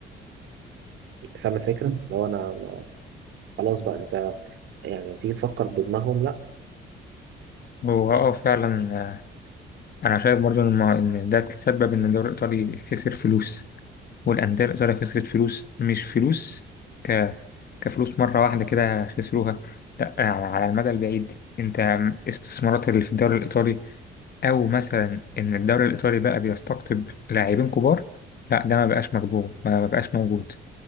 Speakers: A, on the right; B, on the left.
A: أنت فاهم الفكرة؟ لو أنا ما- خلاص بقى أنت يعني لما تيجي تفكر بدماغهم لا
B: هو اه فعلا آه، أنا شايف برضه إن الم- إن ده تسبب إن الدوري الإيطالي خسر فلوس والأندية الإيطالية خسرت فلوس مش فلوس ك... كفلوس مرة واحدة كده خسروها لأ على على المدى البعيد أنت استثمارات اللي في الدوري الإيطالي أو مثلا إن الدوري الإيطالي بقى بيستقطب لاعبين كبار لا ده ما بقاش مقبول ما ما بقاش موجود